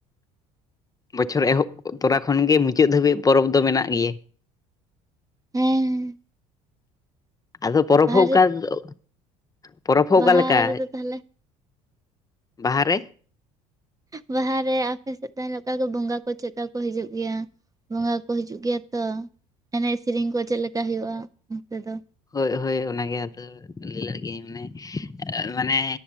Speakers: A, on the left; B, on the right.
A: ᱵᱚᱪᱷᱚᱨ ᱮᱦᱚᱵ ᱛᱚᱨᱟ ᱠᱷᱚᱱ ᱜᱮ ᱢᱩᱪᱟᱹᱫ ᱫᱷᱟᱹᱵᱤᱡ ᱯᱚᱨᱚᱵᱽ ᱫᱚ ᱢᱮᱱᱟᱜ ᱜᱮᱭᱟ
B: ᱦᱮᱸᱻ
A: ᱟᱫᱚ ᱯᱚᱨᱚᱵᱽ ᱦᱚᱸ ᱚᱠᱟ
B: ᱨᱮ
A: ᱫᱚ ᱯᱚᱨᱚᱵᱽ ᱦᱚᱸ
B: ᱵᱟᱦᱟ
A: ᱚᱠᱟ ᱞᱮᱠᱟ
B: ᱨᱮᱫᱚ ᱛᱟᱦᱚᱞᱮ
A: ᱵᱟᱦᱟ ᱨᱮ
B: ᱵᱟᱦᱟ ᱨᱮ ᱟᱯᱮ ᱥᱮᱫ ᱛᱟᱞᱦᱮ ᱚᱠᱟ ᱠᱚ ᱵᱚᱸᱜᱟ ᱪᱮᱫᱠᱟ ᱠᱚ ᱦᱤᱡᱩᱜ ᱜᱮᱭᱟ ᱵᱚᱸᱜᱟ ᱠᱚ ᱦᱤᱡᱩᱜ ᱜᱮᱭᱟ ᱛᱚ ᱮᱱᱮᱡ ᱥᱮᱨᱮᱧ ᱠᱚ ᱪᱮᱫ ᱞᱮᱠᱟ ᱦᱩᱭᱩᱜᱼᱟ ᱚᱱᱛᱮ ᱫᱚ?
A: ᱦᱳᱭ ᱦᱳᱭ ᱚᱱᱟᱜᱮ ᱟᱫᱚ ᱞᱟᱹᱭ ᱞᱮᱜᱤᱧ ᱢᱟᱱᱮ